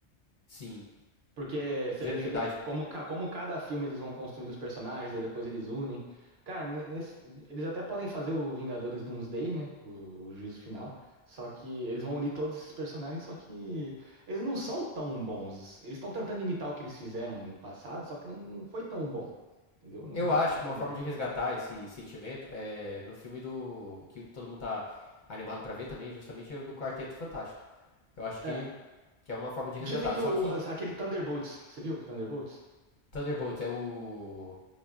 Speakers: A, on the left; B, on the right.
A: Sim,
B: Porque você
A: genuinidade.
B: vê como, ca- como cada filme eles vão construindo os personagens, aí depois eles unem. Cara, ne- nesse- eles até podem fazer o Vingadores Doomsday, né? O, o juízo final. Só que eles vão unir todos esses personagens, só que eles não são tão bons. Eles estão tentando imitar o que eles fizeram no passado, só que não, não foi tão bom. Entendeu? Não
A: Eu
B: vai
A: acho
B: ficar
A: que
B: tão
A: uma forma
B: bom.
A: de resgatar esse sentimento é no filme do. que todo mundo tá animado pra ver também, justamente é o do Quarteto Fantástico. Eu acho que,
B: É,
A: que é uma forma de
B: dizem
A: resgatar.
B: que
A: Só
B: o,
A: que
B: as- aquele Thunderbolts, você viu o Thunderbolts?
A: Thunderbolts é o.